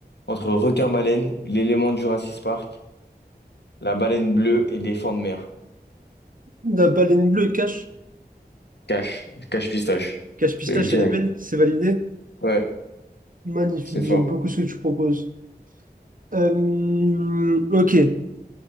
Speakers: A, on the left (about 80°); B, on the right (about 55°).
A: Entre requin-baleine, l'élément du Jurassic Park, la baleine bleue et l'éléphant de mer.
B: La baleine bleue, cache.
A: Cache, cache pistache.
B: Cache pistache,
A: Je l'ai eu direct.
B: elle est belle, c'est validé.
A: Ouais,
B: Magnifique,
A: c'est fort.
B: j'aime beaucoup ce que tu proposes. Euh, ok.